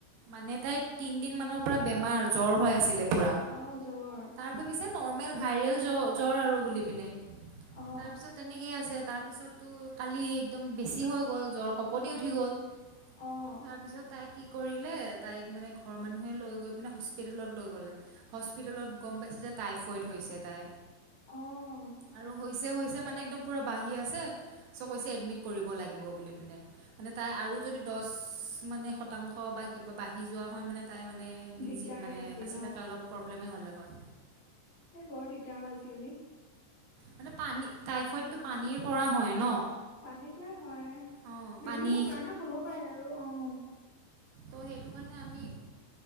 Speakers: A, on the right (about 80°); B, on the left (about 50°).
A: মানে তাই তিনদিন মানৰ পৰা বেমাৰ জ্বৰ হৈ আছিলে। পুৰা,
B: অ জ্বৰ
A: তাৰ ভাবিছে নৰ্মেল ভাইৰেল জ্ব জ্বৰ আৰু বুলি পিনে।
B: অ',
A: তাৰপিছত তেনেকেই আছে। তাৰপিছততো কালি একদম বেছি হৈ গ'ল জ্বৰ কপনি উঠি গ'ল।
B: অঁ।
A: তাৰপিছত তাই কি কৰিলে তাইক মানে ঘৰৰ মানুহে লৈ গৈ পিনে হস্পিতেেলত লৈ গ'লে হস্পিতেলত গম পাইছে যে টাইফইড। থৈছে তাই
B: অ',
A: আৰু হৈছে ছে মানে একদম পূৰা বাঢ়ি আছে চ' কৈছে এডমিট কৰিব লাগিব বুলি পিনে মানে তাই আৰু যদি দচ মানে শতাংশ বা কিবা বাঢ়ি যোৱা হয় মানে তাই মানে নিজি
B: দিগদাৰে
A: মানে
B: আছিল
A: বাচি থাকা অলপ প্ৰব্লেমেই হ'লে হয়। হয়।
B: এ বৰ দিগদাৰ অ আজিকালি।
A: মানে পানী টাইফইড টো পানীৰ পৰা হয় ন।
B: পানীৰ পৰাই হয়
A: অঁ পানী
B: বিভিন্ন কাৰণত হ'ব পাৰে আৰু অঁ।
A: ত সেইটো কাৰণে আমি